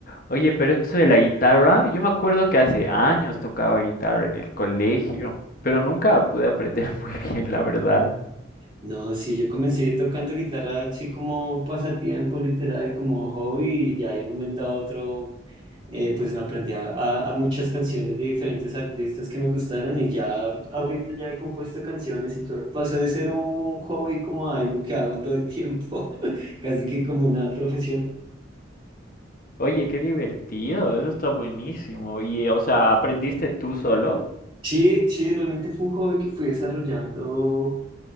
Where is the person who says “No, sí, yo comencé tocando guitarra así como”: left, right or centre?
Right